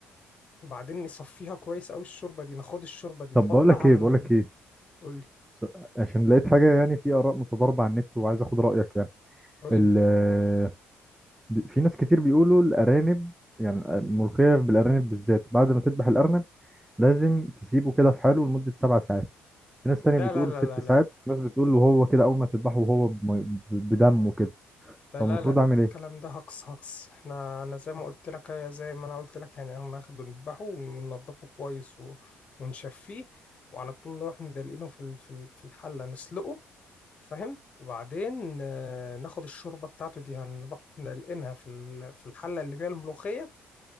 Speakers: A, on the left; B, in the centre.
A: وبعدين نصفيها كويس أوي الشوربة دي ناخد الشوربة دي
B: طب
A: نحطها
B: بقول لك
A: على
B: ايه
A: ال...
B: بقول لك ايه
A: قولي
B: س- عشان لقيت حاجه يعني في اراء متضاربه على النت وعايز اخد رايك يعني
A: قولي
B: ال- ب- في ناس كتير بيقولوا الارانب يعني الملوخيه بالارانب بالذات بعد ما تذبح الارنب لازم تسيبه كده في حاله لمده سبع ساعات في ناس تانية
A: لا
B: بتقول
A: لا لا
B: ست ساعات
A: لا لا
B: في ناس بتقول وهو كده اول ما تذبحه وهو بم- ب- بدمه كده
A: لا
B: فالمفروض
A: لا لا
B: اعمل ايه
A: الكلام ده هقص هقص احنا انا زي ما قلت لك هي زي ما انا قلت لك يعني احنا ناخده نذبحه وننضفه كويس و- ونشفيه وعلى طول نروح مدلقينه في ال- في ال- في الحله نسلقه فاهم وبعدين آه، ناخد الشوربه بتاعته دي هنروح نلقينها في ال- في الحله اللي فيها الملوخيه